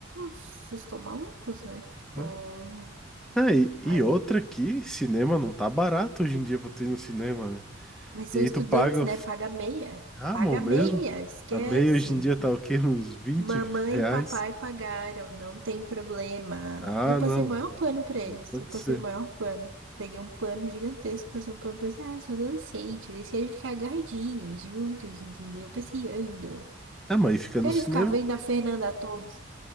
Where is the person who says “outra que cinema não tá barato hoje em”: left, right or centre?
Centre